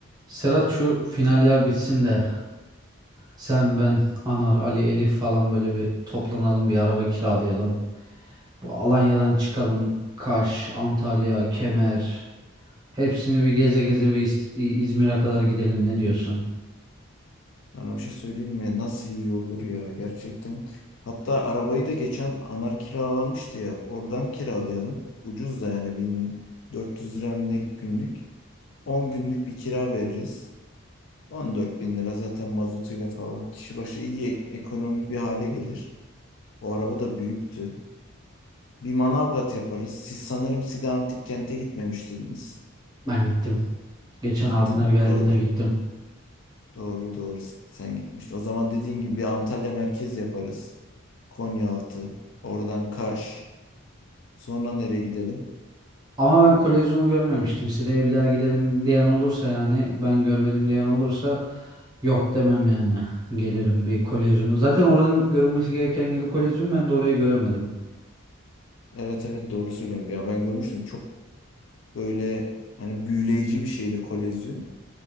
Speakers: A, on the right; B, on the left.
A: Serhat şu finaller bitsin de sen ben Anar Ali Elif falan böyle bir toplanalım bir araba kiralayalım. Bu Alanya'dan çıkalım Kaş, Antalya, Kemer hepsini bir geze geze bir İz- İzmir'e kadar gidelim ne diyorsun?
B: Sana bir şey söyleyeyim mi? Nasıl iyi olur ya gerçekten. Hatta arabayı da geçen Anar kiralamıştı ya. Oradan kiralayalım. Ucuz da yani 1400 lira ne günlük. 10 günlük bir kira veririz. 14 bin lira zaten mazotuyla falan. Kişi başı iyi ek- ekonomik bir hale gelir. O araba da büyüktü. Bir Manavgat yaparız. Siz sanırım Side Antik Kent'e gitmemiştiniz.
A: Ben gittim. Geçen
B: Gittin
A: abimler
B: mi?
A: geldiğinde
B: Doğru.
A: gittim.
B: Doğru doğru sen gitmiştin. O zaman dediğin gibi bir Antalya merkez yaparız. Konyaaltı. Oradan Kaş. Sonra nereye gidelim?
A: Ama ben Kolezyum'u görmemiştim. Sire'ye bir daha gidelim diyen olursa yani ben görmedim diyen olursa yok demem yani. Gelirim bir Kolezyum'u. Zaten oranın görülmesi gereken yeri Kolezyum ben de orayı göremedim.
B: Evet evet doğru söylüyorum. Ya ben görmüştüm. Çok böyle hani büyüleyici bir şeydi Kolezyum.